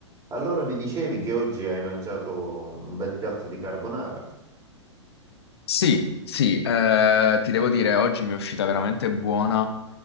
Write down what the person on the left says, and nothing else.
Sì, sì, eh, ti devo dire, oggi mi è uscita veramente buona.